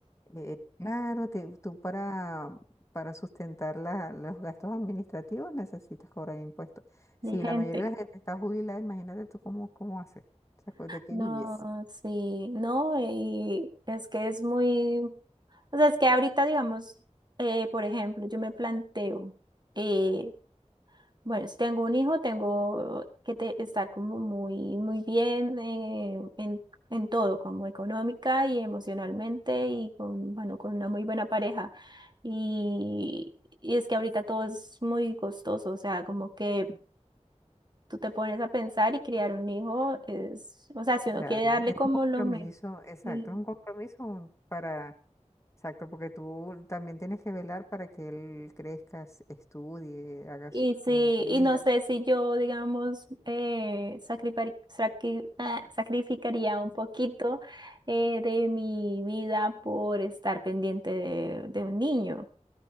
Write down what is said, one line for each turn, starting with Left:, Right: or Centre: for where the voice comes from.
Left: eh, claro, te- tú para, para sustentar la- los gastos administrativos necesitas cobrar impuestos. Si
Right: Ni gente.
Left: la mayoría de la gente está jubilada, imagínate tú cómo, cómo haces, o sea, ¿de qué
Right: No,
Left: vives?
Right: sí, no, y es que es muy, o sea, es que ahorita, digamos, eh, por ejemplo, yo me planteo, eh, bueno, si tengo un hijo, tengo que te- estar como muy, muy bien eh, en, en todo, como económica y emocionalmente y con, bueno, con una muy buena pareja. Y, y es que ahorita todo es muy costoso, o sea, como que tú te pones a pensar y criar un hijo es, o sea, si uno
Left: Claro,
Right: quiere darle
Left: es
Right: como
Left: un compromiso,
Right: lo mejor
Left: exacto,
Right: Sí.
Left: es un compromiso para, exacto, porque tú también tienes que velar para que él crezca, s- estudie, haga
Right: Y
Left: su
Right: sí,
Left: su vida.
Right: y no sé si yo, digamos, eh, sacrifari- sacri- ah, sacrificaría un poquito eh, de mi vida por estar pendiente de, de un niño.